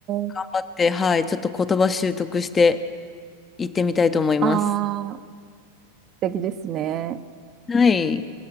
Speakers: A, on the left; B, on the right.
A: 頑張って、
B: ー、
A: はい。ちょっと言葉習得して行ってみたいと思います。
B: ああ、素敵ですね。
A: はい。